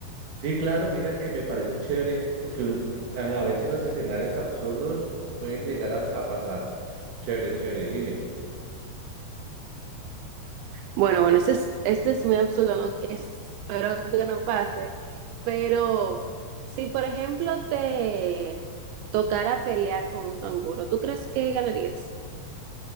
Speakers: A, on the right (about 60°); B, on the right (about 80°).
A: Sí, claro, mira que me parece chévere, porque un- a a veces los escenarios absurdos pueden llegar a, a pasar. Chévere, chévere, dime.
B: Bueno, bueno, este es, este es muy absurdo, no- espero que no pase, pero si por ejemplo te tocara pelear con un canguro, ¿tú crees que ganarías?